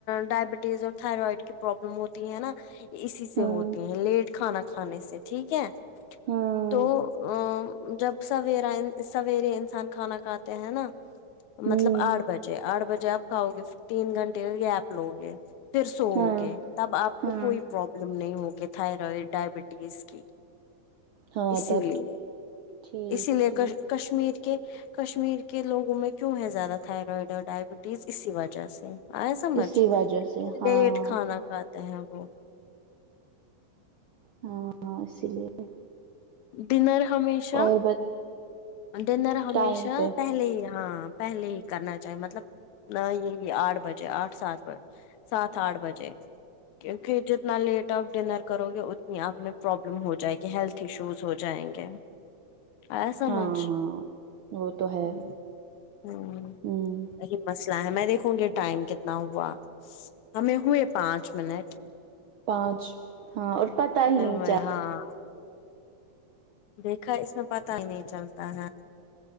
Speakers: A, on the left; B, on the right.
A: ڈائبٹیز اور تھائرائڈ کی پرابلم ہوتی ہے نا اسی
B: ہاں
A: سے ہوتے ہیں لیٹ کھانا کھانے سے ٹھیک ہے
B: ہاں
A: تو آں جب سویرا سویرے انسان کھانا کھاتے ہیں نا
B: ہوں
A: مطلب آٹھ بجے آٹھ بجے آپ کھاؤ گے تین گھنٹے ہوں گے آپ گیپ لو گے پھر سوؤ
B: ہاں
A: گے تب آپ
B: ہاں
A: کو کوئی پرابلم نہیں ہوگی تھائرائڈ ڈائبٹیز کی
B: ہاں
A: اسی
B: تب
A: لیے
B: تو ٹھیک
A: اسی لیے
B: ٹھیک
A: کش کشمیر کی کہ کشمیر کے لوگوں میں کیوں ہے زیادہ تھائرائڈ اور ڈائبٹیز اسی وجہ سے آیا سمجھ
B: اسی وجہ
A: کیونکہ
B: سے ہاں
A: لیٹ کھانا کھاتا ہیں وہ
B: ہاں اسی لیے
A: ڈنر ہمیشہ
B: اور ب
A: ڈنر ہمیشہ
B: ٹائم پہ
A: پہلے ہی ہاں پہلے ہی کرنا چاہیے مطلب نہ یہ آٹھ بجے آٹھ سات بج سات آٹھ بجے کیونکہ جتنا لیٹ آپ ڈنر کرو گے اتنی آپ میں پرابلم ہو جائے گی ہیلتھ ایشوز ہو جائیں گے ایا سمجھ
B: ہاں ہاں وہ تو ہے
A: ہ ہوں
B: ہوں
A: یہی مسئلہ ہے میں دیکھوں گی ٹائم کتنا ہوا ہمیں ہوئے پانچ منٹ
B: پانچ ہاں اور پتا
A: ہمیں
B: ہی نہیں
A: ہوئے
B: چل
A: ہاں دیکھا اس میں پتا ہی نہیں چلتا ہے